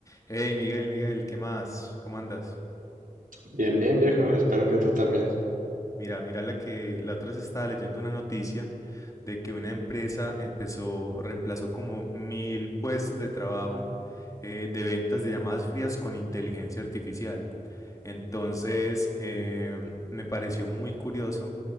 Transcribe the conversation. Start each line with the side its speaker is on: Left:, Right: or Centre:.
Left: Hey Miguel, Miguel, ¿qué más? ¿Cómo andas?
Right: Bien, bien, viejo. Espero que tú también.
Left: Mira, mira la que la otra vez estaba leyendo una noticia de que una empresa empezó, reemplazó como mil puestos de trabajo eh, de ventas de llamadas frías con inteligencia artificial. Entonces, eh, me pareció muy curioso